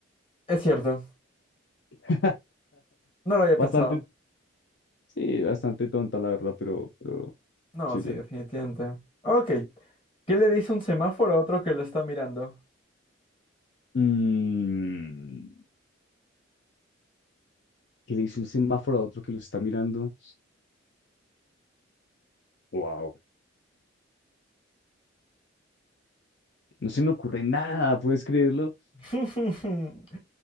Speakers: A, on the left; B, on the left.
A: es cierto.
B: <laughs>
A: No lo había
B: Bastante,
A: pensado.
B: sí, bastante tonta, la verdad, pero, pero
A: No,
B: sirve.
A: sí, definitivamente. Ok. ¿Qué le dice un semáforo a otro que lo está mirando?
B: Mm, que le hizo un semáforo a otro que lo está mirando. Wow. no se me ocurre nada, ¿puedes creerlo?
A: <laughs>